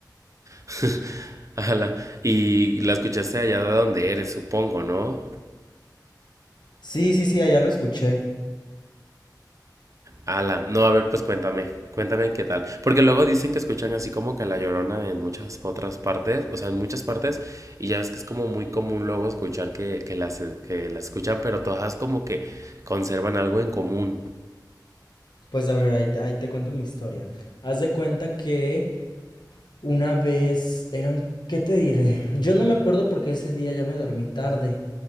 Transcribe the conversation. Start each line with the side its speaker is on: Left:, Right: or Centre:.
Right: <laughs> Ala, y la escuchaste allá de donde eres, supongo, ¿no?
Left: Sí, sí, sí, allá lo escuché.
Right: Ala, no, a ver, pues cuéntame, cuéntame qué tal. Porque luego dicen que escuchan así como que La Llorona en muchas otras partes, o sea, en muchas partes, y ya es que es como muy común luego escuchar que, que las, que las escuchan, pero todas como que conservan algo en común.
Left: Pues a ver, ahí te, ahí te cuento mi historia. Haz de cuenta que una vez eran, ¿qué te diré? Yo no me acuerdo porque ese día ya me dormí tarde.